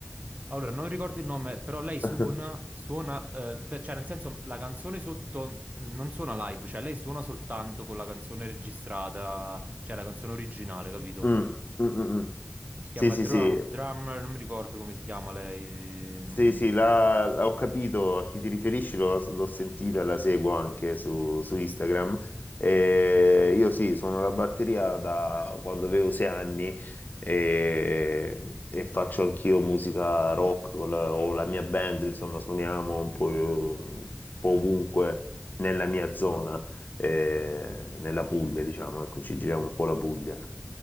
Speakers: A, on the right; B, on the left.
A: Allora, non ricordo il nome, però lei suona,
B: <laughs>
A: suona, eh, per- cioè nel senso la canzone sotto eh, non suona live, cioè lei suona soltanto con la canzone registrata, cioè la canzone originale, capito?
B: Mm, mm, mm, mm.
A: Si chiama
B: Sì, sì,
A: Drum,
B: sì.
A: Drummer, non mi ricordo come si chiama lei. mm.
B: Sì, sì, la- la- ho capito a chi ti riferisci, l'ho l'ho sentita, la seguo anche su, su Instagram. E io sì, sono la batteria da quando avevo sei anni e, e faccio anch'io musica rock con la- o la mia band, insomma, suoniamo un po', un po' ovunque nella mia zona, eh, nella Puglia, diciamo, ecco, ci giriamo un po' la Puglia.